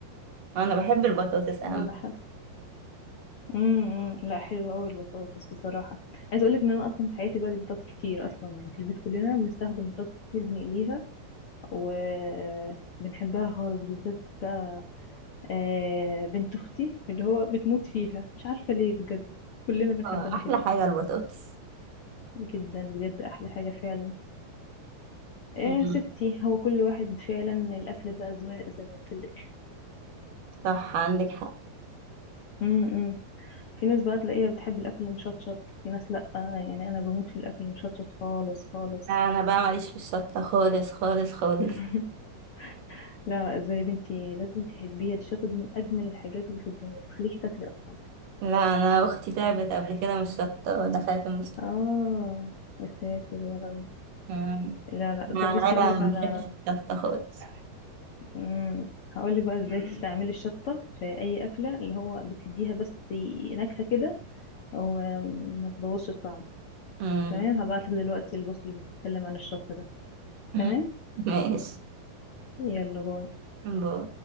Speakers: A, on the right; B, on the left.
A: انا بحب البطاطس اهم
B: لا لا حلو امم إمم. لا حلو قوي البطاطس بصراحه عايزه اقول لك ان انا اصلا في حياتي بقى لي بطاطس كتير اصلا يعني في البيت كلنا بنستخدم بطاطس كتير بنقليها وبنحبها خالص بالذات بقى آه، بنت اختي اللي هو بتموت فيها مش عارفة ليه بجد كلنا بنحبها
A: اه احلى
B: كده
A: حاجة البطاطس
B: جدا بجد احلى حاجة فعلا يا
A: مم.
B: ستي هو كل واحد فعلا الاكل ده اذواق زي ما قلت لك
A: صح عندك حق
B: امم في ناس بقى تلاقيها بتحب الاكل المشطشط في ناس لا يعني انا بموت في الاكل المشطشط خالص خالص
A: انا بقى ماليش في الشطة خالص خالص خالص
B: <laughs> لا لا ازاي يا بنتي لازم تحبيها دي الشطة دي من اجمل الحاجات اللي في الدنيا بتخليكي تاكلي اصلا
A: لا انا اختي تعبت قبل كده من الشطة ودخلت المستشفى
B: اه يا ساتر يا رب
A: مم.
B: لا لا
A: مع
B: طب بصي
A: العيلة
B: هقولك
A: ما
B: على
A: بنحبش الشطة خالص
B: امم هقولك بقى ازاي تستعملي الشطة في اي اكلة اللي هو بتديها بس نكهة كده او أم، ما تبوظش الطعم
A: مم.
B: تمام هبعتلك دلوقتي البوست اللي بيتكلم عن الشطة ده
A: <laughs>
B: تمام
A: ماشي
B: يلا باي
A: باي.